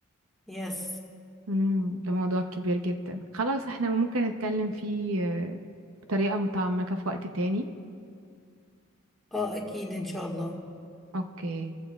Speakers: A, in the centre; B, on the right (about 70°).
A: يس
B: امم ده موضوع كبير جدا خلاص احنا ممكن نتكلم فيه آه، بطريقة متعمقة في وقت تاني
A: اه أكيد إن شاء الله
B: اوكي